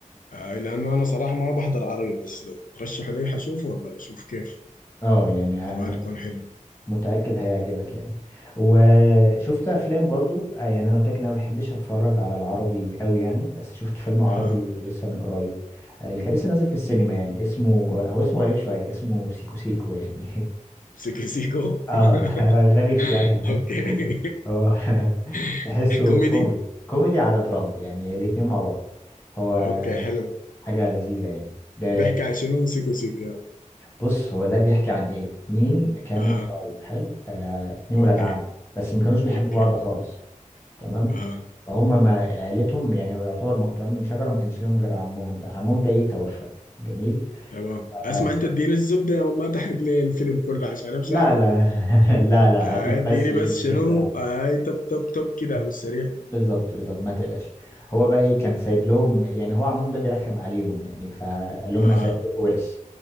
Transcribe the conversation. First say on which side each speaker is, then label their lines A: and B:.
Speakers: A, on the left; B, on the left.
A: آه لانه انا صراحة ما بحضر عربي بس لو ترشحوا لي حشوف والله اشوف كيف
B: اه يعني
A: احتمال
B: أنا
A: يكون حلو
B: متأكد هيعجبك يعني وشفت افلام برضو آه، يعني انا قلت لك إن انا ما بحبش اتفرج على العربي قوي يعني بس شفت فيلم عربي
A: اها
B: لسه من قريب آه، اللي كان لسه نازل في السينما يعني اسمه هو اسمه غريب شوية اسمه سيكو سيكو يعني
A: سيكو سيكو
B: <laughs>
A: <laughs>
B: اه غريب شوية <laughs>
A: اوكي
B: هو <laughs>
A: <laughs>
B: تحسه
A: كوميدي
B: كوم... كوميدي على دراما يعني الاتنين مع بعض فهو
A: اوكي حلو
B: حاجة لذيذة يعني ده
A: بيحكي عن شنو سيكو سيكو يعني
B: بص هو ده بيحكي عن ايه اتنين كانوا
A: اها
B: قرايب حلو آه اتنين ولاد
A: اوكي
B: عم بس ما كانوش بيحبوا
A: اوكي
B: بعض خالص تمام
A: اها
B: فهم ما عيلتهم يعني يعتبر مقطوعين من شجرة ما كانش ليهم غير عمهم ده عمهم ده ايه توفى جميل
A: تمام
B: آه
A: اسمع انت اديني الزبدة يا ماما، ما تحرق لي الفيلم كله عشان امشي
B: لا
A: احضر
B: لا <laughs> لا لا
A: آه،
B: هديك بس
A: اديني
B: ايه
A: بس
B: الفكرة
A: شنو اي طب طب طب كده ابو السريع
B: بالظبط بالظبط ما تقلقش هو بقى ايه كان سايب لهم يعني هو عمهم ده بيرخم عليهم يعني فقال لهم
A: اها
B: انا سايب لكم ورث